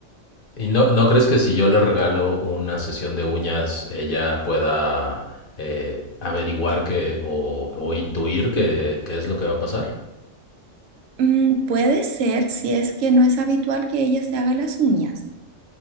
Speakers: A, on the left (about 50°); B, on the right (about 90°).
A: ¿Y no, no crees que si yo le regalo una sesión de uñas, ella pueda eh, averiguar que, o, o intuir que, qué es lo que va a pasar?
B: Mm, puede ser si es que no es habitual que ella se haga las uñas,